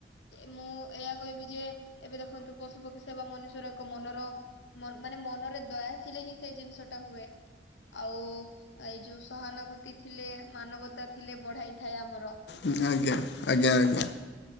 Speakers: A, on the left; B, on the left.
A: ମୁଁ ଏୟା କହିବି ଯେ ଏବେ ଦେଖନ୍ତୁ ପଶୁ ପକ୍ଷୀ ସେବା ମନୁଷ୍ଯର ଏକ ମନର ମନ୍ ମାନେ ମନରେ ଦୟା ଥିଲେ ହିଁ ସେ ଜିନ୍ଷ ଟା ହୁଏ। ଆଉ ଏଇ ଯୋଉ ସହାନୁଭୂତି ଥିଲେ ମାନବତା ଥିଲେ ବଢାଇ ଥାଏ ଆମର।
B: ହଁ ଆଜ୍ଞା ଆଜ୍ଞା ଆଜ୍ଞା।